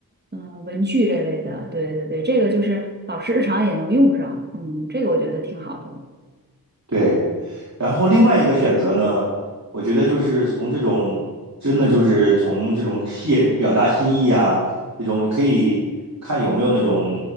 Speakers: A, on the right (about 25°); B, on the right (about 45°).
A: 嗯、文具这类的，对对对，这个就是老师日常也能用上，嗯，这个我觉得挺好的。
B: 对，然后另外一个选择呢，我觉得就是从这种真的就是从这种谢表达心意啊，这种你可以看有没有那种